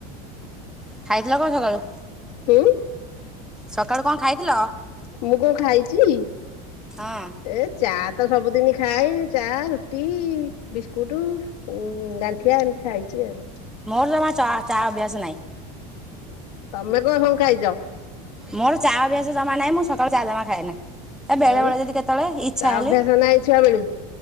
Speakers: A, in the centre; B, on the left.
A: ଖାଇଥିଲ କଣ ସକାଳୁ?
B: ହୁଁ।
A: ସକାଳୁ କଣ ଖାଇଥିଲ?
B: ମୁଁ କଣ ଖାଇଛି
A: ହଁ
B: ଏ ଚା ତ ସବୁଦିନ ଖାଏ ଚା ରୁଟି ବିସ୍କୁଟ ଗାଣ୍ଠିଆ ଏମିତି ଖାଇଛି ଆଉ।
A: ମୋର ଜମା ଚା ଚା ଅଭ୍ୟାସ ନାହିଁ।
B: ତମେ କଣ ସବୁ ଖାଇଛ?
A: ମୋର ଚା ଅଭ୍ୟାସ ଜମା ନାହିଁ ମୁଁ ସକାଳୁ ଚା ଜମା ଖାଏନା। ଏ ବେଳେ
B: ହଁ
A: ବେଳେ ଯଦି କେତେବେଳେ ଇଛା
B: ଚା
A: ହେଲେ
B: ଅଭ୍ୟାସ ନାହିଁ ଛୁଆ ବେଳୁ